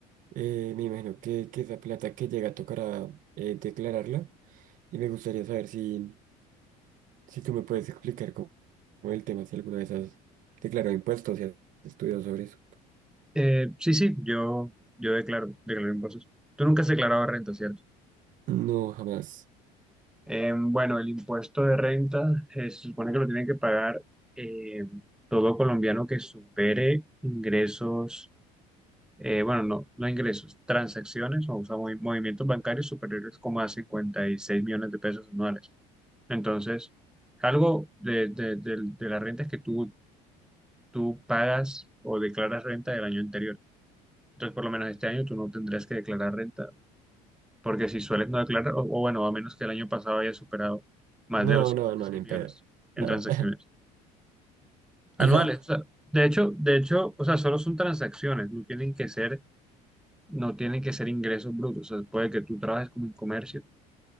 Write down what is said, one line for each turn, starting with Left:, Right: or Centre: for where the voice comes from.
Right: Eh, me imagino que, que esa plata que llega tocará eh, declararla y me gustaría saber si, si tú me puedes explicar cómo, cómo el tema, si alguna vez has declarado impuestos y has estudiado sobre eso.
Centre: Eh, sí, sí, yo, yo declaro, declaro impuestos. Tú nunca has declarado renta, ¿cierto?
Right: No, jamás.
Centre: Eh, bueno, el impuesto de renta eh, se supone que lo tiene que pagar eh, todo colombiano que supere ingresos, eh, bueno, no, no ingresos, transacciones o sea, movi- movimientos bancarios superiores como a 56 millones de pesos anuales. Entonces, algo de, de, de, de la renta es que tú, tú pagas o declaras renta del año anterior. Entonces, por lo menos este año tú no tendrás que declarar renta porque si sueles no declarar, o, o bueno, a menos que el año pasado haya superado más
Right: No,
Centre: de los cincuenta
Right: no, no,
Centre: y seis
Right: ni en
Centre: millones
Right: pedo.
Centre: en
Right: Nada.
Centre: transacciones
Right: <laughs>
Centre: anuales.
Right: O sea,
Centre: O sea, de hecho, de hecho, o sea, solo son transacciones, no tienen que ser, no tienen que ser ingresos brutos. O sea, puede que tú trabajes como en comercio